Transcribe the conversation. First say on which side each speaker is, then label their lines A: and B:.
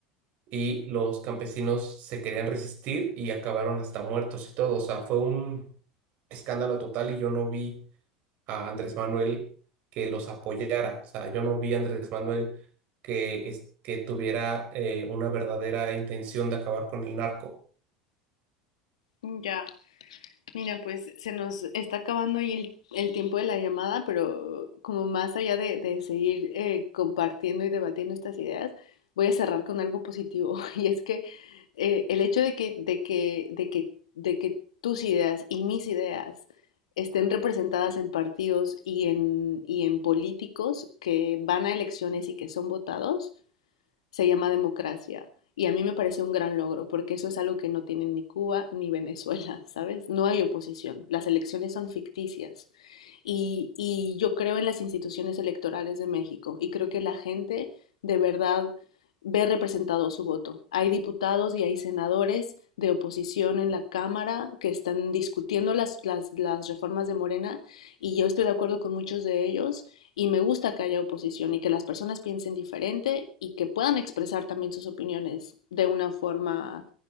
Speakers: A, on the right (about 50°); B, on the left (about 70°).
A: y los campesinos se querían resistir y acabaron hasta muertos y todo. O sea, fue un escándalo total y yo no vi a Andrés Manuel que los apoyara. O sea, yo no vi a Andrés Manuel que, es- que tuviera eh, una verdadera intención de acabar con el narco.
B: Ya. Mira, pues se nos está acabando ahí el, el tiempo de la llamada, pero como más allá de, de seguir eh, compartiendo y debatiendo estas ideas, voy a cerrar con algo positivo. <laughs> Y es que eh, el hecho de que, de que, de que, de que tus ideas y mis ideas estén representadas en partidos y en, y en políticos que van a elecciones y que son votados, se llama democracia. Y a mí me parece un gran logro, porque eso es algo que no tienen ni Cuba ni Venezuela, <laughs> ¿sabes? No hay oposición, las elecciones son ficticias. Y, y yo creo en las instituciones electorales de México y creo que la gente de verdad ve representado su voto. Hay diputados y hay senadores de oposición en la Cámara que están discutiendo las, las, las reformas de Morena y yo estoy de acuerdo con muchos de ellos, y me gusta que haya oposición y que las personas piensen diferente y que puedan expresar también sus opiniones de una forma